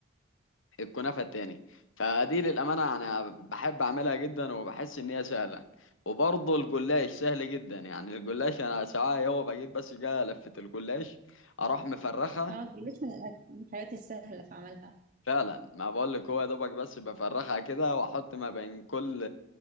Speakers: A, on the left; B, on the right.
A: الكنافة التاني فدي للأمانة أنا بحب أعملها جدا وبحس إن هي سهلة وبرضه الجلاش سهل جدا يعني الجلاش أنا ساعات هو بجيب بس كده لفة الجلاش أروح مفرخها
B: اه جلاش من الأكل من الحاجات السهلة في عملها
A: فعلا ما بقول لك هو يا دوبك بس بفرخها كده واحط ما بين كل